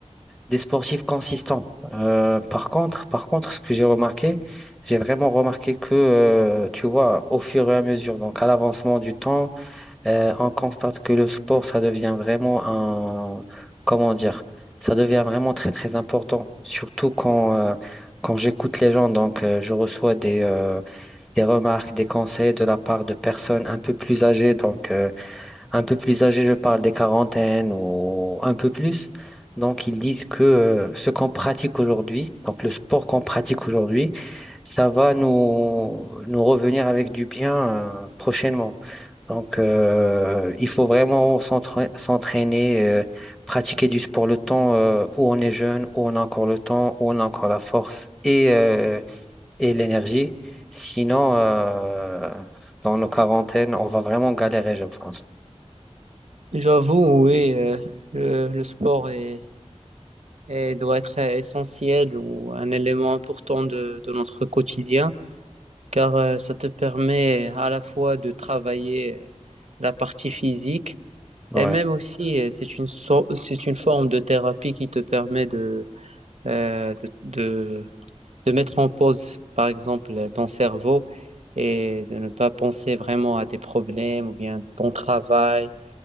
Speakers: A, in the centre; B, on the right.
A: des sportifs consistants. Euh, par contre, par contre, ce que j'ai remarqué, j'ai vraiment remarqué que, euh, tu vois, au fur et à mesure, donc à l'avancement du temps, euh, on constate que le sport, ça devient vraiment un, comment dire, ça devient vraiment très, très important. Surtout quand, euh, quand j'écoute les gens, donc euh, je reçois des, euh, des remarques, des conseils de la part de personnes un peu plus âgées. Donc, euh, un peu plus âgées, je parle des quarantaines ou un peu plus. Donc, ils disent que euh, ce qu'on pratique aujourd'hui, donc le sport qu'on pratique aujourd'hui, ça va nous, nous revenir avec du bien euh, prochainement. Donc, euh, il faut vraiment s'entra- s'entraîner, euh, pratiquer du sport le temps euh, où on est jeune, où on a encore le temps, où on a encore la force et euh, et l'énergie. Sinon, euh, dans nos quarantaines, on va vraiment galérer, je pense.
B: J'avoue, oui, euh, le, le sport est, est- doit être essentiel ou un élément important de, de notre quotidien, car euh, ça te permet à la fois de travailler euh, la partie physique
A: Ouais,
B: et même aussi, euh, c'est une, so- c'est une forme de thérapie qui te permet de, euh, de, de mettre en pause, par exemple, ton cerveau et de ne pas penser vraiment à tes problèmes ou bien ton travail,